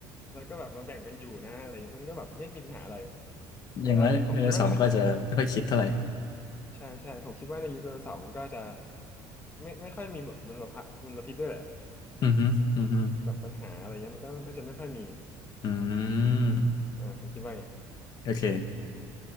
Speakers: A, on the left; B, on the left.
A: แล้วก็แบบมาแบ่งกันอยู่นะอะไรเงี้ยมันก็แบบไม่มีปัญหาอะไรแล้วก็ผมคิดว่าใน
B: อย่างน้อยไดโนเสาร์มันก็จะไม่ค่อยคิดเท่าไหร่
A: ใช่ใช่ผมคิดว่าในยุคไดโนเสาร์มันก็จะไม่ไม่ค่อยมีแบบมลพิษมลพิษด้วยแหละ
B: อือฮึอือฮึ
A: แบบปัญหาอะไรเงี้ยมันก็น่าจะไม่ค่อยมี
B: อืม
A: อ่าผมคิดว่าไง
B: โอเค